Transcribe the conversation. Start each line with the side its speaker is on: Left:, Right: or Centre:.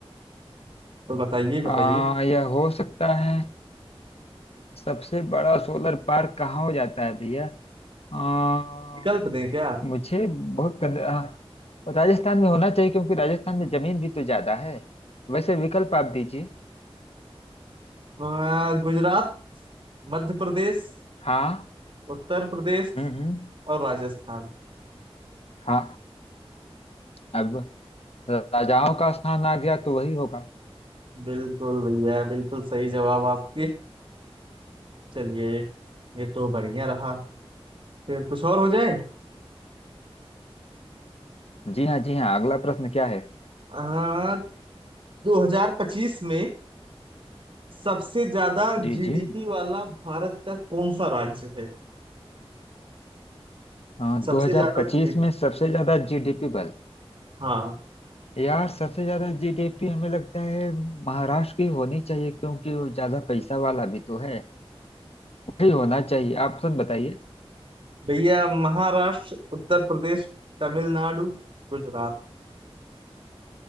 Right: तो बताइए बताइए
Left: आ, यह हो सकता है सबसे बड़ा सोलर पार्क कहाँ हो जाता है भैया आ,
Right: विकल्प दें क्या
Left: मुझे बहुत कद, आ, राजस्थान में होना चाहिए क्योंकि राजस्थान में जमीन भी तो ज्यादा है वैसे विकल्प आप दीजिए
Right: वहाँ गुजरात मध्य प्रदेश
Left: हाँ
Right: उत्तर प्रदेश
Left: हम्म हम्म
Right: और राजस्थान
Left: हाँ अब राजाओं का स्थान आ गया तो वही होगा
Right: बिल्कुल भैया बिल्कुल सही जवाब आपके चलिए ये तो बढ़िया रहा फिर कुछ और हो जाए
Left: जी हाँ जी हाँ अगला प्रश्न क्या है
Right: हाँ 2025 में सबसे ज्यादा
Left: जी
Right: जीडीपी
Left: जी
Right: वाला भारत का कौन सा राज्य है
Left: हाँ
Right: सबसे
Left: 2025
Right: ज्यादा जीडीपी
Left: में सबसे ज्यादा जीडीपी बल
Right: हाँ
Left: यार सबसे ज्यादा जीडीपी हमें लगता है महाराष्ट्र की होनी चाहिए क्योंकि वो ज्यादा पैसा वाला भी तो है वही होना चाहिए आप सब बताइए
Right: भैया महाराष्ट्र उत्तर प्रदेश तमिलनाडु गुजरात